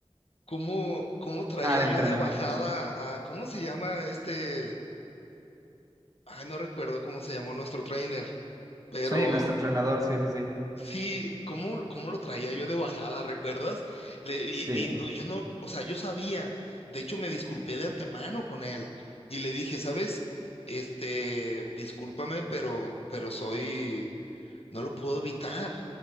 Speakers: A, on the left (about 70°); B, on the right (about 35°).
A: ¿Cómo, cómo traía
B: Ah, el entrenamiento,
A: yo de bajada
B: sí.
A: a, ¿cómo se llama este? Ay, no recuerdo cómo se llamó nuestro trainer, pero
B: Sí, nuestro entrenador, sí, sí, sí.
A: Sí, ¿cómo, cómo lo traía yo de bajada, ¿recuerdas? Le- y,
B: Sí,
A: y no, yo no, o sea, yo sabía, de hecho me disculpé de antemano con él y le dije, ¿sabes? Este, discúlpame, pero, pero soy, no lo puedo evitar.